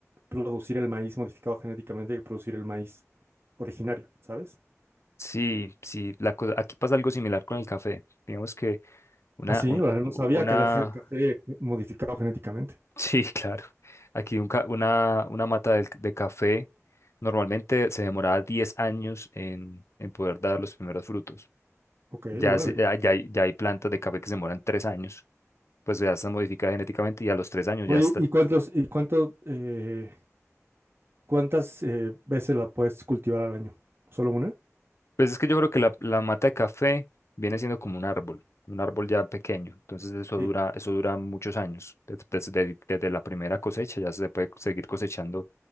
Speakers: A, on the right; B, on the left.
A: producir el maíz modificado genéticamente que producir el maíz originario, ¿sabes?
B: sí, sí, la cosa, aquí pasa algo similar con el café. Digamos que una,
A: Ah, sí,
B: un-
A: órale,
B: una,
A: no sabía que había ge- café modificado genéticamente.
B: <laughs> sí, claro, aquí un ca- una, una mata del- de, café normalmente se demoraba 10 años en, en poder dar los primeros frutos.
A: Ok,
B: Ya,
A: órale.
B: se- ya, ya hay, ya hay plantas de café que se demoran 3 años, pues ya están modificadas genéticamente y a los 3 años
A: Oye,
B: ya está
A: ¿y cuántos, y cuánto, eh, cuántas eh, veces la puedes cultivar al año? ¿Solo una?
B: Pues es que yo creo que la, la mata de café viene siendo como un árbol, un árbol ya pequeño. Entonces eso
A: Sí.
B: dura, eso dura muchos años. Des- Desde, desde la primera cosecha ya se puede seguir cosechando